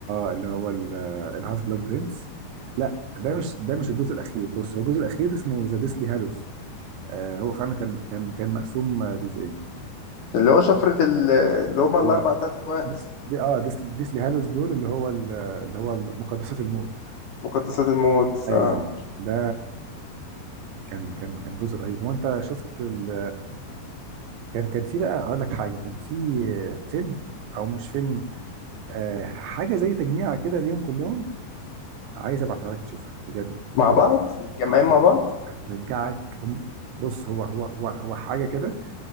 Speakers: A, on the right (about 85°); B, on the left (about 60°).
A: اه اللي هو ال- الهاف بلاد برنس لا ده مش ده مش الجزء الاخير بص هو الجزء الاخير اسمه ذا ديسلي هالوز آه هو فعلا كان كان كان مقسوم آه، جزئين
B: اللي هو شفره ال- اللي هما
A: هو
B: الاربع تلات اخوات
A: ديس- دي اه ديس- ديسلي هالوز دول اللي هو ال- اللي هو مقدسات الموت
B: مقدسات الموت
A: ايوه
B: اه
A: ده كان كان كان جزء رهيب هو انت شفت ال... كان كان في بقى اقول لك حاجه كان في فيلم او مش فيلم آه حاجه زي تجميعه كده ليهم كلهم عايز ابعتها لك تشوفها بجد
B: مع بعض متجمعين
A: آه، هت-
B: مع بعض
A: هترجعك هم- بص هو هو هو هو حاجه كده